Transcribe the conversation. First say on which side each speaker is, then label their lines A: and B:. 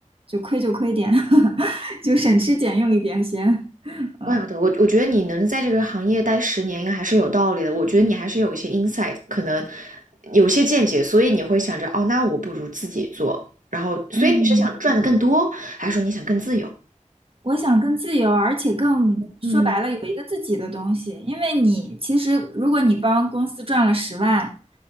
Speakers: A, on the right; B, on the right.
A: 就亏就亏点，<laughs> 就省吃俭用一点先，嗯。
B: 怪不得我，我觉得你能在这个行业待十年，应该还是有道理的。我觉得你还是有一些 insight，可能有些见解，所以你会想着，哦，那我不如自己做。然后，所以你是想赚的更多，
A: 嗯，
B: 还是说你想更自由？
A: 我想更自由，而且更说白了有一个自己的东西。
B: 嗯，
A: 因为你其实，如果你帮公司赚了十万